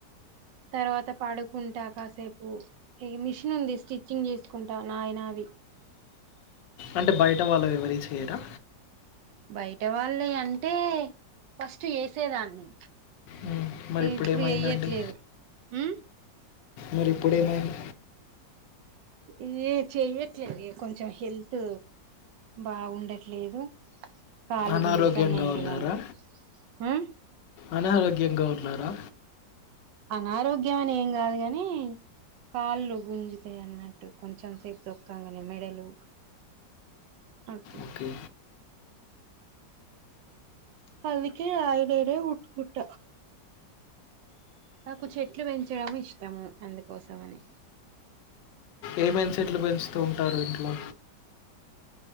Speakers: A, on the right; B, on the left.
A: తర్వాత పడుకుంటా కాసేపు ఇ మిషిను ఉంది స్టిచ్చింగ్ చేసుకుంటా నాయనావి
B: అంటే బయట వాళ్ళు ఎవరి చేయరా
A: బయట వాళ్ళే అంటే ఫస్ట్ ఏసేదాన్ని
B: మ్మ్. మరి
A: ఇప్పుడు
B: ఏమైందండి
A: ఎయ్యట్లేదు ఉ
B: మరి ఇప్పుడేమైంది
A: ఇఏ చెయ్యట్లేదు కొంచెం హెల్త్ బాగుండట్లేదు కాలు
B: అనారోగ్యంగా
A: గుంజుతన్నయ్ ఇరుగాను
B: ఉన్నారా
A: ఆ
B: అనారోగ్యంగా ఉన్నారా
A: అనారోగ్యం అని ఏం గాదు కాని కాళ్ళు గుంజుతయి అన్నట్టు కొంచెం సేపు తొక్కంగనే మెడలు అట్ల
B: ఓకే
A: అందుకే అయనేర ఉట్కుట్ట నాకు చెట్లు పెంచడం ఇష్టము అందుకోసం అని
B: ఏమేం చెట్లు పెంచుతూ ఉంటారు ఇంట్లో